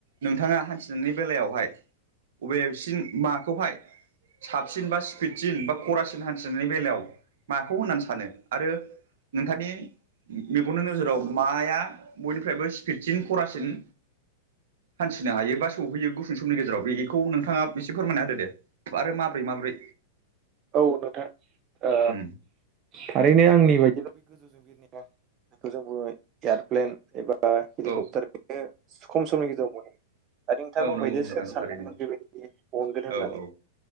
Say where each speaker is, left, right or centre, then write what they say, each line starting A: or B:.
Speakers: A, on the right; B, on the right.
A: नोंथाङा हान्थिनायनि बेलायावहाय बबेसिम माखौहाय साबसिन बा स्पिडसिन बा खरासिन हान्थिनायनि बेलायाव माखौ होननानै सानो? आरो नोंथांनि मेगननि नोजोराव माया बयनिफ्रायबो स्पिडसिन खरासिन हान्थिनो हायो बा सौहैयो गुसुं समनि गेजेराव बेखौ नोंथाङा एसे फोरमायना होदो दे। आरो माब्रै माब्रै
B: औ नोंथां। ओ
A: उम
B: थारैनो आंनि बायदिब्ला' बे गोजौजों बिरनाय बेखौ जोंबो एयारप्लेन एबा बा हेलिकप्टार
A: औ
B: बेनो खम समनि गेजेराव मोनो। दा नोंथाङा
A: औ
B: बुंबाय
A: नंगौ
B: जे
A: नोंथां
B: सोर सानदोंमोन
A: थारैनो
B: बेबायदि बहनगोन होननानै।
A: औ औ